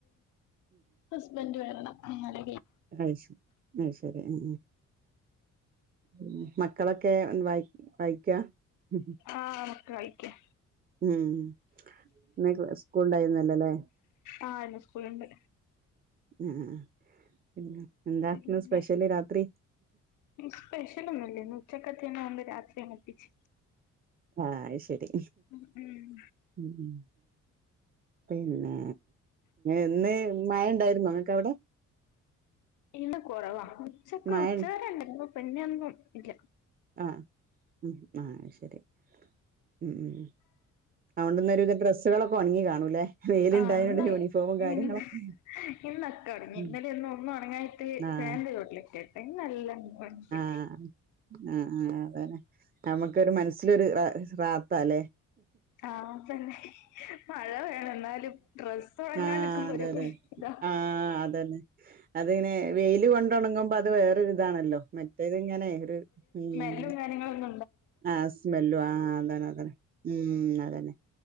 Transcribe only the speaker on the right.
അയ് ശരി അയ് ശരി ഉം ഉം മക്കളൊക്കെ വായ് വായിക്കാ? ഉം
ഉം ഇന്നയ് സ്കൂൾണ്ടായിര്ന്നല്ലല്ലേ?
അ ആ പിന്നെ എന്താ
ഇന്ന് സ്പെഷ്യല് രാത്രി
ആ അയിശരി
ഉം ഉം പിന്നെ ഇന്ന് മഴ ഉണ്ടായിരുന്നോ ഇങ്ങക്ക് അവിടെ
മഴ
ആഹ് ഉം ആ ശരി ഉം ഉം അതുകൊണ്ട് ഇന്നൊരുവിധം ഡ്രസ്സുകളൊക്കെ ഒണങ്ങി കാണും വെയിലുണ്ടായോണ്ട്
യൂണിഫോമും കാര്യങ്ങളൊക്കെ
ഉം
ആഹ്
ആ ആ ആ അതന്നെ നമുക്കൊരു ഒരു മനസ്സിലൊരു റാഹത്ത് അല്ലേ
ആഹ്
അതെ അതെ
ആഹ് അതന്നെ അതിങ്ങനെ വെയില് കൊണ്ടുണങ്ങുമ്പൊ അത് വേറൊരിതാണല്ലോ മറ്റേത് ഇങ്ങനെ ഒരു ഉം
ആ സ്മെല്ലും ആ അതാണ് അതാണ് ഉം അതന്നെ